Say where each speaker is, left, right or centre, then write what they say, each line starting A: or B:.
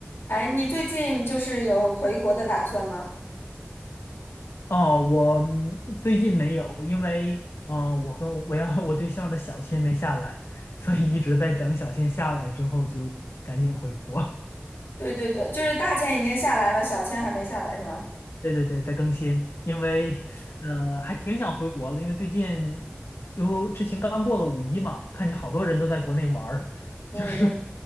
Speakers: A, on the left; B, on the left.
A: 哎，你最近就是有回国的打算吗？
B: 哦，我嗯最近没有，因为嗯、呃我和我要和我对象的小签没下来，所以一直在等小签下来之后就赶紧回国。
A: 对对对，就是大钱已经下来了，小钱还没下来是吗？
B: 对对对，在更新，因为呃还挺想回国的，因为最近因为之前刚过了五一嘛，看见好多人都在国内玩儿，
A: 嗯嗯。
B: 就是